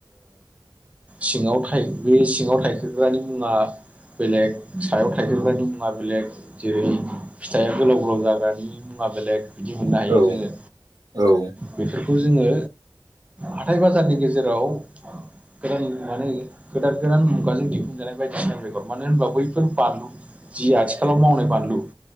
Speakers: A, on the right (about 15°); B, on the right (about 50°).
A: सिङाव थ बे सिङाव थाइखोग्रानि मुङा बेलेग सायाव थाइजोबगानि मुङा बेलेग जेरै फिथाइया गोलाव गोलाव जाग्रानि मुवा बेलेग बिदि मोननो
B: औ
A: हायो जोङो
B: औ औ
A: बेफोरखौ जोङो हाथथाय बाजारनि गेजेराव <unintelligible> गोदान गोदान मुगाजों दिहुनजानाय बायदिसिना बेगर मानो होनबा बैफोर बानलु जि आथिखालाव मावनाय बानलु